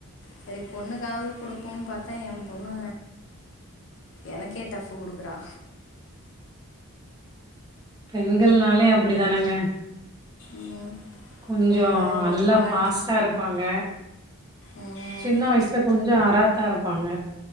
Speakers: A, on the left; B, on the right.
A: சரி பொண்ணுக்காவது குடுப்போன்னு பாத்தா என் பொண்ணு எனக்கே டஃப் குடுக்கறா
B: பெண்கள்னாலே அப்டி தானங்க
A: ம்
B: கொஞ்சோ
A: உங்க
B: நல்லா
A: உங்க வாழ்க்கை
B: ஃபாஸ்ட்டா இருப் பாங்க
A: ம்,
B: சின்ன வயசுல கொஞ்சோ அராத்தா இருப்பாங்க